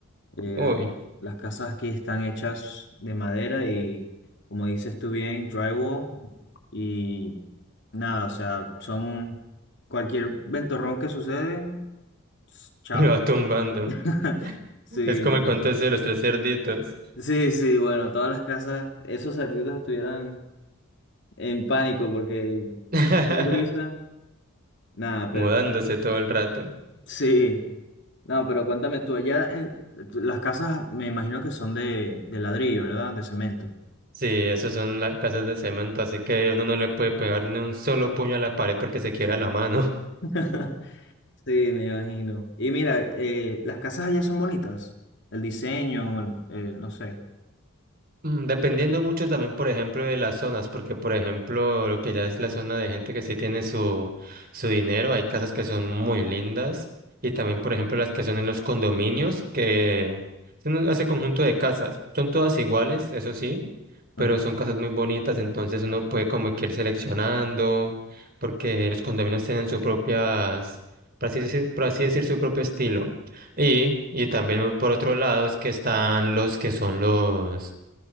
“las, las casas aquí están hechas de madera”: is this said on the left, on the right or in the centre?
Left